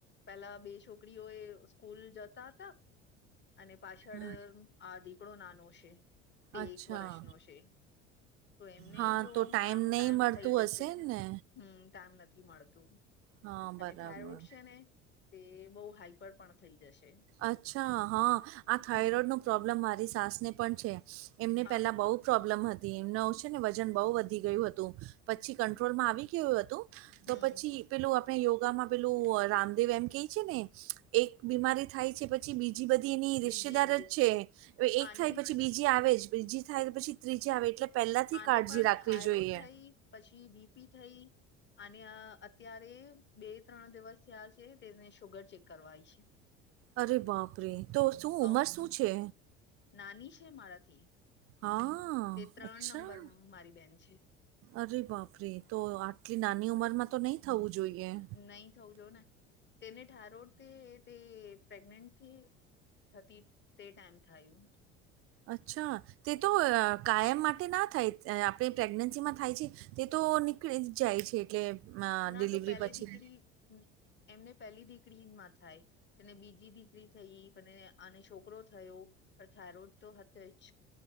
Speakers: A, on the left (about 30°); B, on the right (about 45°).
A: પેલા બે છોકરીઓએ સ્કૂલ જતા હતા. અને પાછળ
B: હા
A: આ દીકડો નાનો છે તે
B: અચ્છા
A: એક વર્ષનો છે. તો એમને
B: હા
A: જોવામાંનો
B: તો નહી
A: ટાઈમ
B: મળતું
A: થઈ જશે.
B: હશે ને
A: હમ્મ ટાઈમ નથી મળતું
B: હા બરાબર
A: અને થાયરોઈડ છે ને તે બહુ હાઈપર પણ થઈ જશે.
B: અચ્છા હા આ થાઇરોઈડનો
A: હમ
B: પ્રોબ્લમ મારી સાસને પણ છે એમને
A: હા
B: પહેલાં બહુ પ્રોબ્લેમ હતી એમનો જે ને વજન બહુ વધી ગયું હતું પછી કંટ્રોલ માં આવી ગયું હતું. તો
A: હમ
B: પછી પેલું આપણે યોગામાં પેલું રામદેવ એમ કે છે ને એક બીમારી થાય છે પછી બી જે બધી એની રિસ્તેદાર
A: બીજી બધી
B: જ છે એ એક
A: આની
B: થાય પછી
A: થ ને
B: બીજી આવે જ ત્રીજી થાય તો પછી ત્રીજી આવે એટલે પહેલાથી
A: આને
B: કાળજી
A: પણ
B: રાખવી
A: થાયરોઈડ
B: જોઈએ
A: થઈ, પછી બીપી થઈ અને અત્યારે બે ત્રણ દિવસ થયા છે તેને શુગર ચેક કરવા આવી છે.
B: અરે બાપરે તો શું ઉમર
A: આવ
B: શું છે.
A: નાની છે મારાથી
B: હા
A: તે ત્રણ
B: અચ્છા
A: નંબર મારી બેન છે.
B: અરે બાપરે તો આટલી નાની ઉંમરમાં તો નહી થવું જોઈએ.
A: નહી થવું જો ને તેને થયરોઇડ તે તે પ્રેગનેન્ટથી થતી તે ટાઈમ થાયું
B: અચ્છા તે તો કાયમ માટે ના થાય આપણી પ્રેગ્નન્સીમાં થાય છે તે તો નીકળી જ જાય છે એટલે અ
A: ના
B: ડિલિવરી
A: તો પહેલે
B: પછી.
A: થી <unintelligible> એમને પેલી દીકરીમાં થાય અને બીજી દીકરી થઈ અને અને છોકરો થયો પણ થાયરોઈડ તો હતે જ